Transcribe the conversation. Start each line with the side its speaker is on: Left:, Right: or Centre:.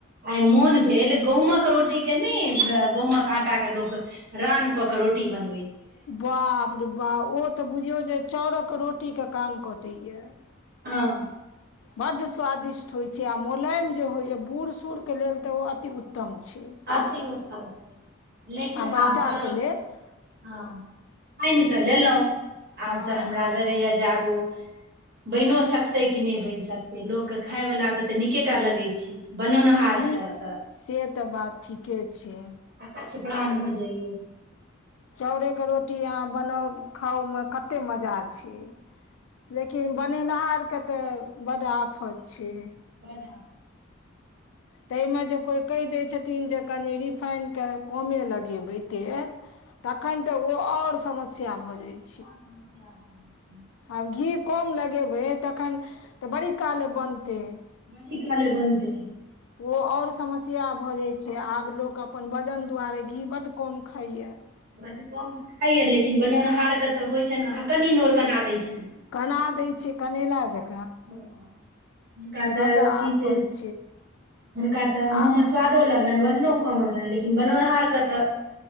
Right: आइ मोन भेल गहूँमक रोटी के ने गहूँमक आटा के लोक रान कऽ कर रोटी बने।
Left: बाप रे बा ओ तऽ बुझियो जे चाउरक रोटीके कान कटे या
Right: ह
Left: बड़ स्वादिष्ट होइ छै छै आ मोलायम जे होइए बूढ़ सूढ़के लेल तऽ ओ अति उत्तम छै
Right: अति उत्तम छै लेकिन
Left: आ बच्चा
Right: आब करब
Left: के
Right: की?
Left: लेलऽ
Right: हँ पान नहि तऽ लेलहुँ
Left: हँ
Right: आब तऽ हमरा लगैए जे आब आ बनो सकतै क नहि बनि सकतै लोकके खाय वला के तऽ निकेटा लगै छै बनौनहारके
Left: नी
Right: त
Left: से तऽ बात ठीके छै।
Right: आकाछपड़ान भऽ जाइए
Left: चाउरे के रोटी यहा बनाउ खाउ मे कते मजा छै लेकिन बनेनिहार के तऽ बड़ आफत छी
Right: बडा
Left: ताहिमे जे कोई कहि दै छथिन जे कनि रिफाइन के कमे लगेबै तेल। तखन त ओ आऔर समस्या भऽ जाइत छै
Right: हन समस्या बन।
Left: आब घी कम लगेबै तखन त बड़ी काल बनतै
Right: बड़ काले बनते।
Left: ओ और समस्या भऽ जाय
Right: आओर
Left: छै
Right: समस्या
Left: आब लोक अपन वजन दुआरे घी बड़ कम खाइया
Right: बड़ कम तऽ खाइय लेकिन बनौनिहार के तऽ होइ छै ने हकनि नोर केना दैत छै
Left: केना दै छियै कनैल जख
Right: हुनका तऽ
Left: बड्ड आफत
Right: कि छै हुनका त
Left: आ
Right: माछ स्वादो लगलनिन वजनो कम रहलनि लेकिन बनौनिहारके त